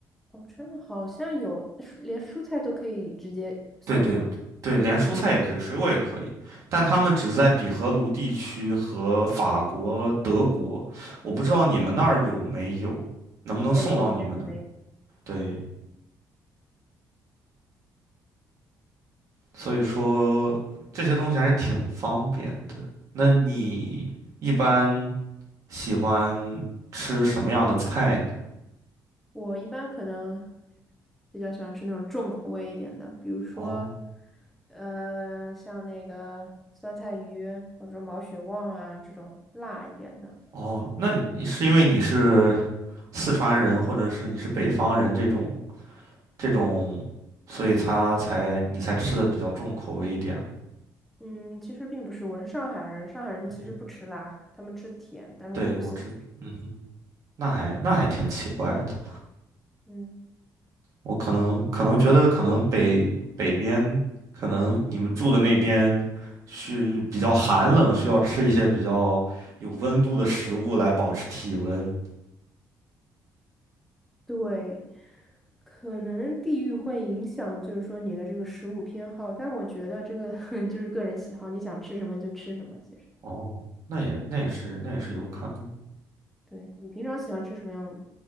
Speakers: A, in the centre; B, on the right.
A: 哦，好的好像有，连蔬菜都可以直接送吗？
B: 对对对，连蔬菜也可以，水果也可以，但他们只是在比荷卢地区和法国、德国，我不知道你们那儿有没有，能不能送到你们那儿？
A: 北欧应该是没有。
B: 对，所以说这些东西还是挺方便的。那你一般喜欢吃什么样的菜呢？
A: 我一般可能比较喜欢吃那种重口味一点的，比如说，
B: 哦
A: 呃，像那个酸菜鱼或者说毛血旺啊这种辣一点的。
B: 哦，那你是因为你是四川人，或者是你是北方人这种这种，所以他才你才吃的比较重口味一点嘛。
A: 嗯，其实并不是，我是上海人，上海人其实不吃辣，
B: 嗯，
A: 他们吃甜，但是我不喜欢吃。
B: 对，我知，嗯哼，那还那还挺奇怪的。
A: 嗯，
B: 我可能可能觉得可能北北边，可能你们住的那边是比较寒冷，需要吃一些比较有温度的食物来保持体温。
A: 对，可能地域会影响，就是说你的这个食物偏好，但我觉得这个 <laughs> 就是个人喜好，你想吃什么就吃什么，其实。
B: 哦，那也那也是那也是有可能。
A: 对，你平常喜欢吃什么样